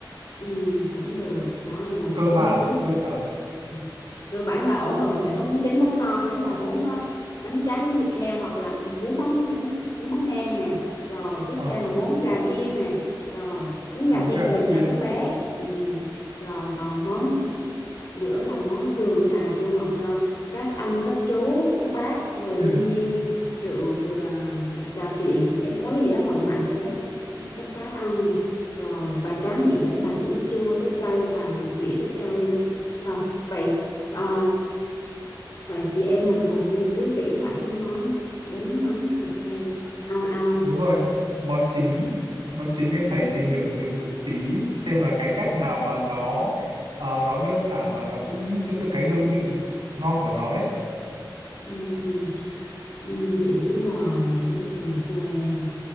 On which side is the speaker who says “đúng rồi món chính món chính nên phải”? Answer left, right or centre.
Right